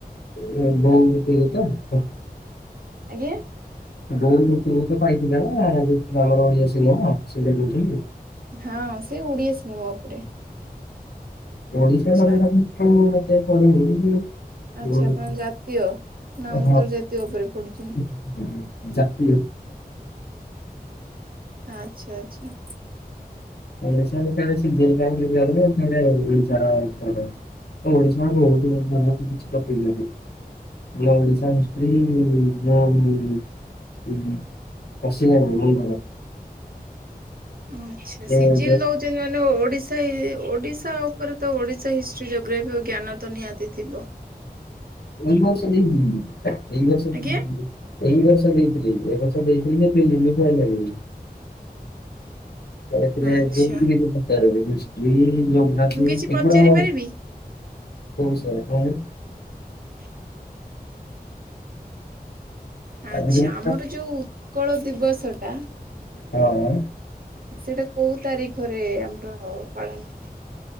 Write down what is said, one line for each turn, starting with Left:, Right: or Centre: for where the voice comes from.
Left: <inaudible>
Right: ଆଜ୍ଞା।
Left: ବୋଉ ବୁଟୁ ଭୂତ ପାଇଥିଲା ନା ଆମର ଓଡିଆ ସିନେମା ସେଇଟା କହୁଛନ୍ତି।
Right: ହଁ ସେ ଓଡିଆ ସିନେମା ଉପରେ।
Left: ଓଡ଼ିଶା
Right: ଆଚ୍ଛା
Left: <unintelligible>
Right: ଆଚ୍ଛା ଆପଣ ଜାତୀୟ ନା ଅନ୍ତର୍ଜାତୀୟ ଉପରେ ପଢୁଛନ୍ତି
Left: <inaudible> ଜାତି
Right: ଆଚ୍ଛା ଆଚ୍ଛା।
Left: ଓଡ଼ିଶା ଯେତେବେଳେ <unintelligible> ଓଡ଼ିଶାରେ ବହୁତ <unintelligible> କିଛି ଟପିକ୍ ଦେଇଦେବି। <unintelligible> <unintelligible>
Right: ଆଚ୍ଛା
Left: ଏ
Right: ସିଜିଲ
Left: ଏଇ
Right: ଦଉ ଯେ ମାନେ ଓଡ଼ିଶା ଓଡ଼ିଶା ଉପରେ ତ ଓଡ଼ିଶା ହିଷ୍ଟ୍ରି ଜୋଗ୍ରାଫି ର ଜ୍ଞାନ ତ ନିହାତି ଥିବ।
Left: କୋଉ ବର୍ଷ ନେଇଚି କି ଏଇ ବର୍ଷ ନେ
Right: ଆଜ୍ଞା
Left: ଏଇ ବର୍ଷ ଦେଇଥିଲି ଏ ବର୍ଷ ଦେଇଥିଲି ଯେ କିଛି ଲିମିକ୍ ଆଇଲାନି। ଏଥିରେ
Right: ଆଚ୍ଛା
Left: ଯୋଉ ଇଏ ରେ ପଚାର ହିଷ୍ଟ୍ରି ଯୋଗ୍ରାଫି
Right: ମୁଁ କିଛି ପଚାରି
Left: ଏଗୁଡା ମୋର
Right: ପାରିବି?
Left: କୋଉ ବିଷୟରେ କହୁନୁ
Right: <unintelligible>
Left: କହୁନୁ।
Right: ଆଚ୍ଛା ଆମର ଯେଉଁ ଉତ୍କଳ ଦିବସଟା
Left: ହଁ ମ।
Right: ସେଇଟା କୋଉ ତାରିଖରେ ଆମର ପାଳନ ହୁଏ।